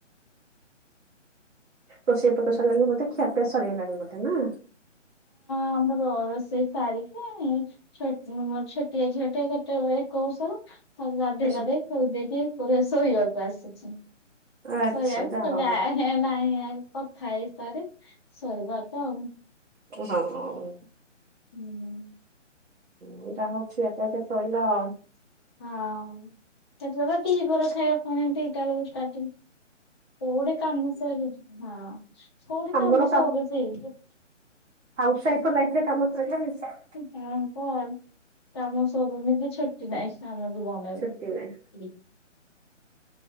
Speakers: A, on the right; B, on the left.
A: ରୋେଇଆ ପ କସେଇ ଲାଗ ବୋତେ ଖିଆିଆ ସରାଇଲାାଗେ ବୋତେ ନା
B: ଆମର ରୋଷେଇ ସାରିକିଣି ଛୋଟିଆ ଝିଅଟେ ଗୋଟେ ଏକଶ ତା ବାନ୍ଧି
A: ଆଚ୍ଛା
B: ମଧେ ସବୁ ଦେଇକି ପ ଶୋଇବାକୁ ଆସିଛି
A: ଆଚ୍ଛା
B: ଶୋଇଆ ମୁ
A: ଯାହା
B: କହିଲ
A: ହଉ।
B: ଆ କଥାଏସାରେ ଶୋଇବା ତ ଆଉ
A: ହଁ
B: ହୁଁ
A: ହୁଁଟା ହଉଛି ଏକେସେ ଶୋଇଲା
B: ହଉ ସେବା ଦିଇ ପରେ ଖାଇବା ପୁଣିତି ଦୁଇଟା ବେଳକୁ ଷ୍ଟାର୍ଟିଂ କୋଉଠେ କାମ ସ ହଁ କୋଉଠି
A: ଆମର
B: କାମ ସୁଛିାଇ
A: ପାଉସାହି ପ ନାଥିଲରେ କାମିଲା ହେଇସ
B: ତାପ ତାମ ସୁମତି ଛଟି ନହିଁ ସ ବନେଇବେ
A: ଛୁଟି ନାହିଁ।